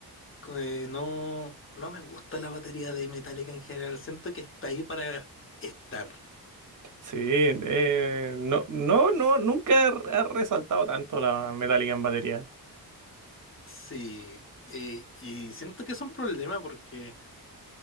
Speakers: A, on the left; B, on the right.
A: eh, no, no me gusta la batería de Metallica en general. Siento que está ahí para estar.
B: Sí, eh, no, no, no, nunca ha resaltado tanto la metálica en batería.
A: Sí. eh, y siento que es un problema porque